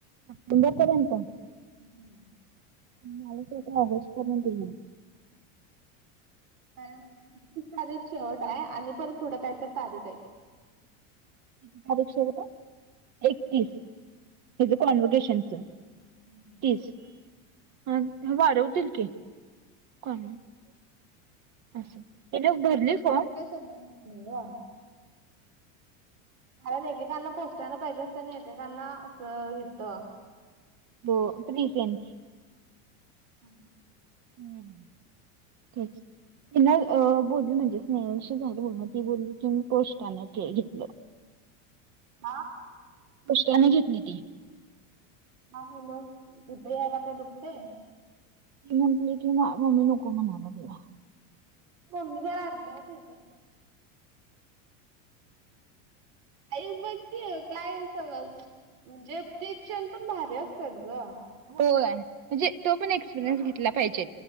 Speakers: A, on the right (about 45°); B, on the right (about 60°).
A: सप्टेंबर पर्यंत
B: कारण
A: मला असं वाटलं ऑगस्ट पर्यंत येईल.
B: <unintelligible> एक्किस तारीख शेवट आहे आणि पण पुढं काय तर तारीख आहे.
A: किती तारीख शेवट आहे एक्कीस. हेजे
B: तीस
A: कॉन्वकेशनचा
B: तीस हम्म.
A: तीस आन हां वाढवतील की. कोण आहे असं हिने भरली फॉर्म?
B: <unintelligible> नाय गं. हाय ने एकेकांला पोस्टराला पाहिजे असतं ना आणि एकेकांना अ तं हिथं.
A: फॉर्म प्रिसेन्स
B: <unintelligible>
A: हम्म हम्म तेच ती नाय अ बोलली म्हणजे स्नेहलशी झालं बोलणं ती बोलली की मी कोशटाने घे घेतलं.
B: हा.
A: पोष्टाने घेतली ती.
B: का गं म <unintelligible> ते दुखते.
A: ती म्हंटली की मा मम्मी नको म्हणा लागल्या.
B: मम्मी जरा आगदावत हाय काय? आई बघ की काय असं म्हणजे ते क्षण पण भारी असतात गं.
A: होय म्हणजे तो पण एक्सपिरियन्स
B: हा
A: घेतला पाहिजे